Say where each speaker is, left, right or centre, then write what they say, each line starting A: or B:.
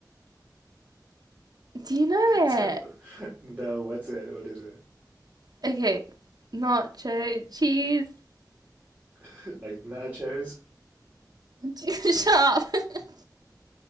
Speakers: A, on the right; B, on the right.
A: Do you know
B: So,
A: it?
B: no, what's it? What is it?
A: Okay. Nacho cheese.
B: <laughs> Like nachos?
A: <laughs> Shut up. <laughs>